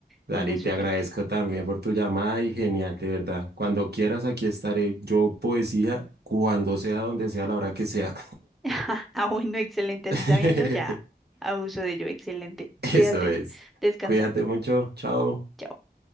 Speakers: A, on the right; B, in the centre.
A: Dale,
B: Bueno,
A: y te
B: súper.
A: agradezco también por tu llamada y genial, de verdad. Cuando quieras, aquí estaré yo, poesía, cuando sea, donde sea, a la hora que sea.
B: <laughs> Ah, bueno, excelente, así
A: <laughs>
B: sabiendo ya abuso de ello, excelente. Cuídate,
A: Eso es.
B: descansa.
A: Cuídate mucho, chao.
B: chao.